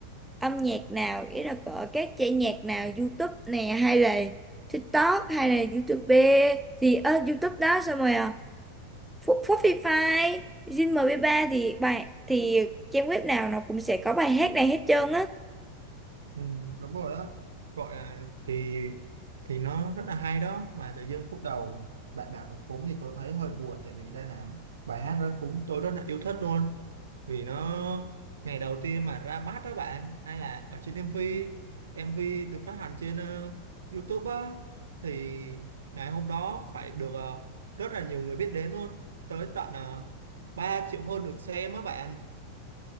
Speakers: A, in the centre; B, on the right.
A: âm nhạc nào, ý là ở các chạy nhạc nào YouTube nè hay là TikTok hay là YouTube thì ờ, YouTube đó xong rồi à, Spotify, Zing MP3 thì bài thì trang web nào nó cũng sẽ có bài hát này hết trơn á.
B: Ừ, đúng rồi đó gọi là thì thì nó rất là hay đó mà tự dưng khúc đầu bạn bảo nó cúng thì tôi thấy hơi buồn tại vì đây là bài hát đó cúng tôi rất là yêu thích luôn vì nó ngày đầu tiên mà ra mắt đó bạn hay là ở trên em vê em MV được phát hành trên ờ, YouTube á thì ngày hôm đó phải được ờ, rất là nhiều người biết đến luôn tới tận uh, 3 triệu hơn được xem á bạn